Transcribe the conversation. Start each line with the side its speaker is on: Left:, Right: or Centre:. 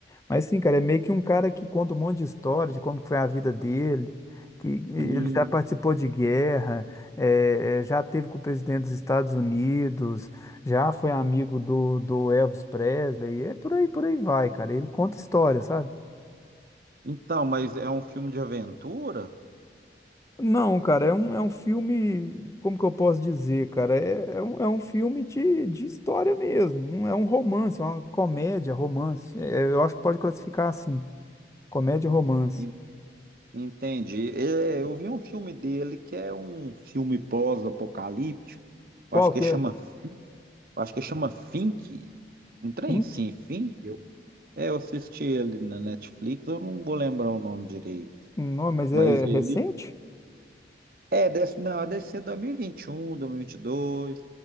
Left: Mas sim, cara, é meio que um cara que conta um monte de história de como que foi a vida dele, que ele
Right: hum,
Left: já participou de guerra, é, é, já teve com o presidente dos Estados Unidos, já foi amigo do, do Elvis Presley, é por aí, por aí vai, cara. Ele conta história, sabe?
Right: então, mas é um filme de aventura?
Left: Não, cara, é um, é um filme, como que eu posso dizer, cara? É, é um, é um filme de, de história mesmo, não é um romance, é uma comédia, romance. É, eu acho que pode classificar assim, comédia, romance.
Right: En- Entendi. É, eu vi um filme dele que é um filme pós-apocalíptico.
Left: Qual
Right: Eu Acho que
Left: que
Right: chama,
Left: é?
Right: eu acho que chama Fink. Um trem
Left: Pink?
Right: sim, Fink. É, eu assisti ele na Netflix, eu não vou lembrar o nome direito.
Left: Não, mas
Right: Mas
Left: é
Right: ele.
Left: recente?
Right: É, deve, não, deve ser dois mil e vinte e um, dois. mil e vinte e dois.